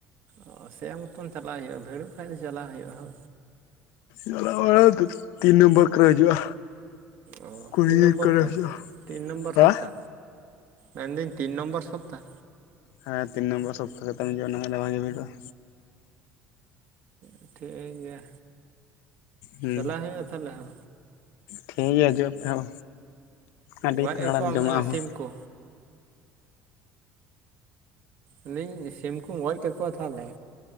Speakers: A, on the right; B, on the left.
A: ᱚ ᱥᱮ ᱢᱚᱛᱚᱱ ᱪᱟᱞᱟᱣ ᱦᱩᱭᱩᱜᱼᱟ, ᱵᱷᱤᱲᱚᱜ ᱠᱷᱟᱡ ᱫᱚ ᱪᱟᱞᱟᱜ ᱦᱩᱭᱩᱜᱼᱟ ᱦᱳ᱾
B: ᱪᱟᱞᱟᱣ ᱫᱚ ᱛᱤᱱ ᱱᱚᱢᱵᱚᱨ ᱠᱚᱨᱮ ᱦᱤᱡᱩᱜᱼᱟ᱾
A: ᱚ
B: ᱠᱩᱲᱤ
A: ᱛᱤᱱ ᱱᱚᱢᱵᱚᱨ
B: ᱠᱚᱨᱮ
A: ᱠᱚ
B: ᱦᱩᱭᱩᱜᱼᱟ
A: ᱛᱤᱱ ᱱᱚᱢᱵᱚᱨ
B: ᱦᱟ
A: ᱥᱚᱯᱛᱟ ᱢᱮᱱᱫᱟᱹᱧ ᱛᱤᱱ ᱱᱚᱢᱵᱚᱨ ᱥᱚᱯᱛᱟ?
B: ᱦᱮᱸ ᱛᱤᱱ ᱱᱚᱢᱵᱚᱨ ᱥᱚᱯᱛᱟ ᱠᱚᱛᱮᱢ ᱦᱤᱡᱩᱜᱼᱟ, ᱚᱱᱟ ᱠᱷᱟᱡ ᱫᱚ ᱵᱷᱟᱜᱤ ᱵᱷᱤᱲᱚᱜᱼᱟ᱾
A: ᱚ ᱴᱷᱤᱠ ᱜᱮᱭᱟ,
B: ᱦᱩᱸ
A: ᱪᱟᱞᱟᱜ ᱦᱩᱭᱩᱜᱼᱟ ᱛᱟᱦᱚᱞᱮ ᱦᱳ᱾
B: ᱴᱷᱤᱠ ᱜᱮᱭᱟ ᱦᱤᱡᱩᱜ ᱟᱯᱮ ᱦᱳ ᱟᱹᱰᱤ
A: ᱜᱚᱡ
B: ᱛᱟᱜᱲᱟ
A: ᱠᱟᱠᱚᱣᱟᱢ
B: ᱡᱚᱢᱟᱜᱼᱟ
A: ᱚᱱᱮ
B: ᱦᱳ᱾
A: ᱥᱤᱢ ᱠᱚ ᱟᱹᱞᱤᱧ ᱥᱤᱢᱠᱩᱢ ᱜᱚᱡ ᱠᱮ ᱠᱚᱣᱟ ᱛᱟᱦᱚᱞᱮ